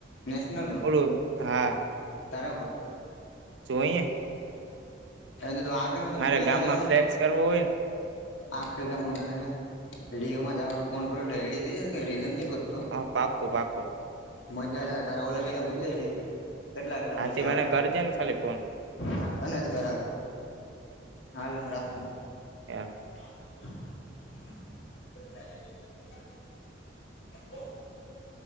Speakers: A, on the left; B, on the right.
A: નેશનલનું
B: ઓલું હા
A: તાર
B: જોઈએ.
A: એ આ કરને
B: મારે
A: લિયોમાં
B: ગામમાં
A: જાવાને
B: ફ્લેક્સ કરવો વોય
A: આ છેલ્લે હું તને લિયોમાં જાવું ફોન કરું એટલે રેડી થઈ જશે તો કઈ રીઝન નહીં ગોતતો
B: હ પાકકુ પાકકુ
A: મજા આવે તારે ઓલા બેને ગુત લે જે કેટલા કેટલા
B: હાથી
A: પૈસા
B: મને
A: આવ હતા
B: કરજે ને ખાલી ફોન
A: હા તને જ કરક હાલ હું રાખું.
B: એ હા
A: <inaudible> <inaudible> બ <unintelligible>